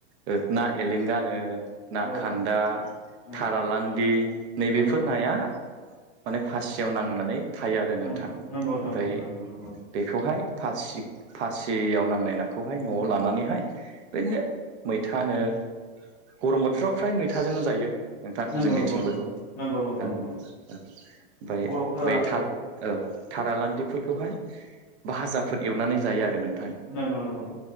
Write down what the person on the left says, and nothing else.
औ
नंगौ
नंगौ
नोंथां
नंगौ नंगौ नोंथां
नोंथां नंगौ नंगौ
नंगौ
नंगौ
नंगौ नंगौ
नंगौ बर'फ्रा
औ
औ
नगौ नंगौगौथ